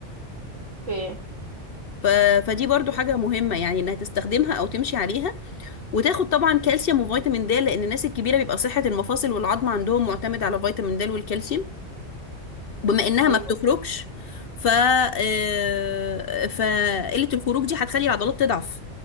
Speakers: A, on the right (about 85°); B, on the left (about 55°).
A: في
B: ف... فدي برضو
A: انتستين.
B: حاجة مهمة يعني انها تستخدمها او تمشي عليها وتاخد طبعا كالسيوم وفيتامين د لان الناس الكبيرة بيبقى صحة المفاصل والعظم عندهم معتمد على فيتامين د والكالسيوم بما انها
A: ايوه
B: ما بتخرجش ف آه، فقله الخروج دي هتخلي العضلات تضعف